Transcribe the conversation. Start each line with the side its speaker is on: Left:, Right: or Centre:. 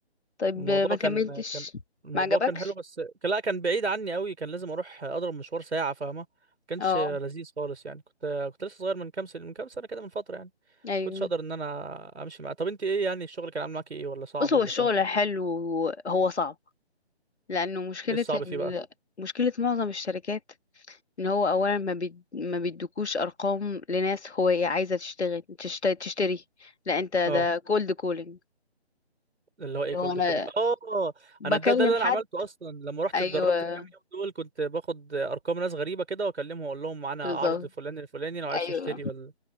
Left: طيب
Right: الموضوع
Left: ما كملتش
Right: كان كان الموضوع
Left: ما عجبكش
Right: كان حلو بس كان لا كان بعيد عني قوي كان لازم اروح اضرب مشوار ساعة فاهمة ما كانش
Left: اه
Right: لذيذ خالص يعني كنت كنت لسه صغير من كام سنة من كام سنة كده من فترة يعني
Left: ايوه
Right: كنتش اقدر ان انا امشي معاه طب انت ايه يعني الشغل كان عامل معاكي ايه ولا صعب
Left: بص
Right: ولا
Left: هو الشغل
Right: سهل
Left: حلو هو صعب لانه مشكله
Right: ايه الصعب
Left: ال...
Right: فيه بقى
Left: مشكله معظم الشركات ان هو اولا ما بي... ما بيدوكوش ارقام لناس هو إيه عايزه تشتغل تشت... تشتري لا انت ده
Right: اه
Left: كولد كولينج
Right: اللي هو ايه
Left: اللي
Right: كولد
Left: هو انا
Right: كولينج اه
Left: بكلم
Right: انا ده ده اللي
Left: حد
Right: انا عملته اصلا لما رحت
Left: ايوه
Right: اتدربت الكام يوم دول كنت باخد ارقام ناس غريبه كده واكلمهم واقول لهم معانا
Left: بالظبط
Right: عرض فلان الفلاني لو عايز
Left: ايوه
Right: تشتري ولا